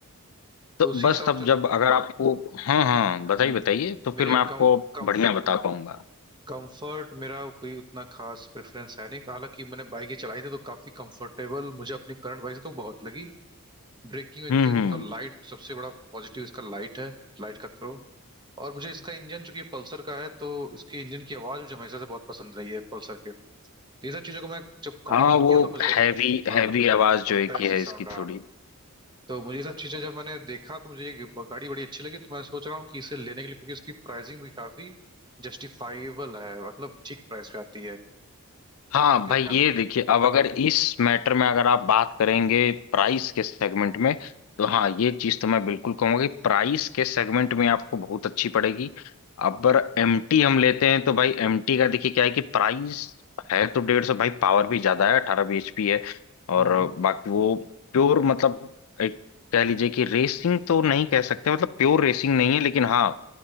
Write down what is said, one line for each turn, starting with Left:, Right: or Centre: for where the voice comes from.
Left: तो
Right: तो उसी
Left: बस
Right: हिसाब
Left: तब
Right: से
Left: जब अगर आपको हाँ हाँ बताइए
Right: हम्म,
Left: बताइए तो
Right: मेरी
Left: फिर मैं आपको
Right: कम कम
Left: बढ़िया बता पाऊंगा
Right: कंफर्ट मेरा कोई उतना खास प्रेफरेंस है नहीं हालांकि मैंने बाइक ही चलाई थी तो काफी कंफर्टेबल मुझे अपनी करंट बाइक से तो बहुत लगी ब्रेकिंग वेकिंग
Left: हम्म हम्म
Right: और लाइट सबसे बड़ा पॉजिटिव इसका लाइट है लाइट का थ्रो और मुझे इसका इंजन चूंकि पल्सर का है तो इसके इंजन की आवाज मुझे हमेशा से बहुत पसंद रही है पल्सर के तो ये सब चीजों को मैं जब काउंटर
Left: हाँ वो
Right: किया तो मुझे
Left: हैवी हैवी
Right: हाँ
Left: आवाज जो है
Right: बेस
Left: कि है
Right: ही साउंड
Left: इसकी थोड़ी
Right: तो मुझे ये सब चीजें जब मैंने देखा तो मुझे ये ब- गाड़ी बड़ी अच्छी लगी तो मैं सोच रहा हूँ कि इसे लेने के लिए क्योंकि इसकी प्राइसिंग भी काफी जस्टिफाइबल है मतलब ठीक प्राइस पे आती है
Left: हाँ
Right: आपका क्या
Left: भाई
Right: ख्याल
Left: ये
Right: है
Left: देखिए अब अगर इस मैटर में अगर आप बात करेंगे प्राइस के सेगमेंट में तो हाँ ये चीज तो मैं बिल्कुल कहूंगा कि प्राइस के सेगमेंट में आपको बहुत अच्छी पड़ेगी अब एमटी हम लेते हैं तो भाई एमटी का देखिए क्या है कि प्राइस है तो डेढ़ सौ भाई पावर भी ज्यादा है अठारह bhp है
Right: हम्म
Left: और बाकी वो प्योर मतलब एक कह लीजिए कि रेसिंग तो नहीं कह सकते मतलब प्योर रेसिंग नहीं है लेकिन हाँ